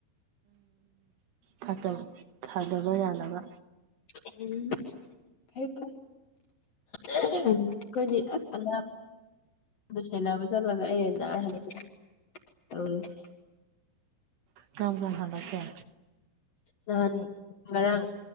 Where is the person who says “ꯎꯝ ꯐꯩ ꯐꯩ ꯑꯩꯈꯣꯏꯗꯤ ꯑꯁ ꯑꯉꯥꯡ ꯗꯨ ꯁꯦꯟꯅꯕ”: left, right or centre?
Left